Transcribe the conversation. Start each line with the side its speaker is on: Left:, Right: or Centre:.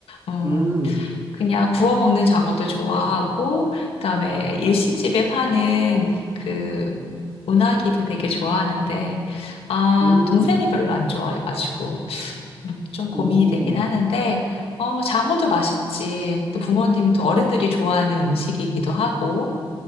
Left: 음,
Right: 음,
Left: 그냥 구워 먹는 장어도 좋아하고, 그다음에 일식집에 파는 그 운하기도 되게 좋아하는데, 아,
Right: 음,
Left: 동생이 별로 안 좋아해가지고, 음, 좀 고민이
Right: 음,
Left: 되긴 하는데, 어, 장어도 맛있지. 또 부모님도 어른들이 좋아하는 음식이기도 하고,